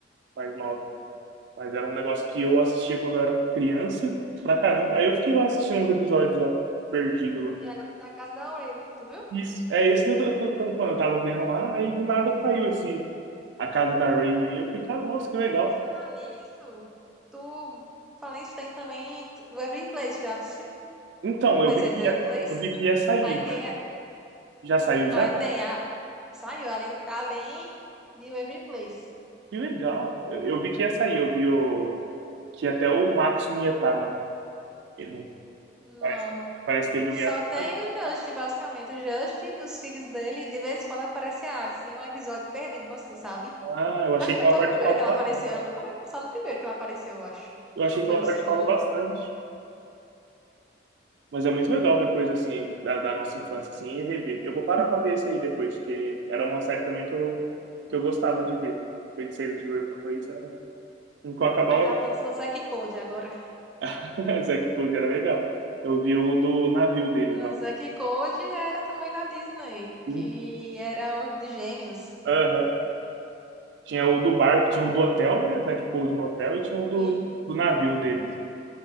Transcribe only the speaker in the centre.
E agora tá na casa da Raven, tu viu?
Por falar nisso, tu fala isso tem também o Every Place, já assistiu?
Não
foi
esse Every
Place?
Aí tem
Aí
tem a. Saiu, além, além de Waving Place.
Não.
Só
tem o Just, basicamente. O Just, e os filhos dele, e de vez em quando aparece a Alice em um episódio perdido, tipo assim, sabe?
Mas foi
só
no primeiro que ela
apareceu. Ela nunca mais vi, só no primeiro que ela apareceu, eu acho.
Não foi
no segundo.
Aí tá falando sobre o Zack e Cody agora.
Não,
O Zack e Cody era também da Disney,
que era um dos gêmeos.
E,